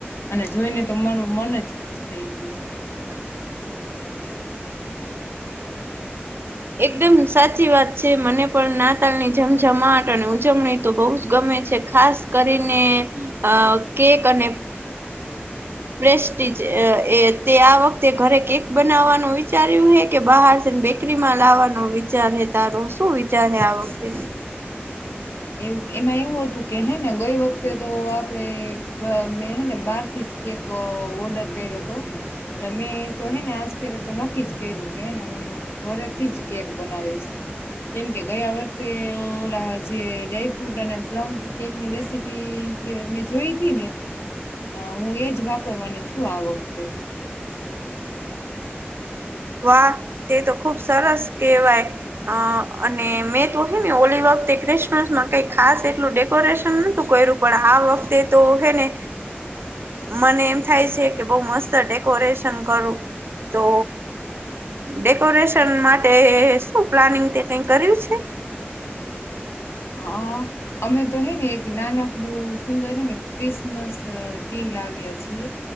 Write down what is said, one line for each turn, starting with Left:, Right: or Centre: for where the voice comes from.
Left: અને જોઈને તો મારું મન જ ખુશ થઈ ગયું.
Right: હ <inaudible> એકદમ સાચી વાત છે મને પણ નાતાલ ની જમઝમાટ અને ઉજવણી તો બહુ જ ગમે. ખાસ કરીને અ કેક અને પ્રેસ્ટી એ તે આ વખતે ઘરે કેક બનાવવાનું વિચાર્યું હે કે બહારને બેકરી માં લાવવાનો વિચાર હે તારો શું વિચાર હે આ વખતે?
Left: એ એમાં એવું હતું કે હે ને ગઈ વખતે તો આપણે મેં હ ને બારથી જ કેક ઓર્ડર કર્યો એટલે મેં તો હેને આજરે તો નક્કી જ કર્યું કેેને હું ઘરેથી જ બનાવીશ, કેમ કે ગયા વર્ષે ઓલા જે ડ્રાયફ્રૂટ અને પ્લમ કેકની રેસીપી મેં જોઈ હતી ને. અ હું એજ વાપરવાની છું આ વખતે.
Right: <inaudible> વાહ તે તો ખુબ સરસ કહેવાય, અ અને મે હો ને ઓલી વખતે ક્રિસમસ માં કઈ ખાસ એટલું ડેકોરેશન નહોતું કર્યું પડ આ વખતે તો ને, મને એમ થાય છે કે બહ મસ્ત ડેકોરેશન કરું. તો ડેકોરેશન માટે શું પ્લાનિંગ તે કઈ કર્યું છે? <unintelligible>
Left: હા અમે તો હે ને એક નાનકડું સુંદર હે ને ક્રિસમસ ટી લાવ્યા છે